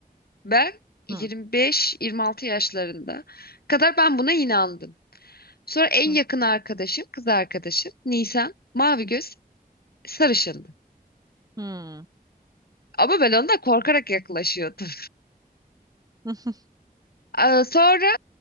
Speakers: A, on the left; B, on the right.
A: Ben 25-26
B: Hı.
A: yaşlarında kadar ben buna inandım. Sonra en
B: Hı.
A: yakın arkadaşım kız arkadaşım Nisan mavi göz sarışındı.
B: Hmm.
A: Ama ben ondan korkarak yaklaşıyordum.
B: <laughs>
A: <laughs> Aa, sonra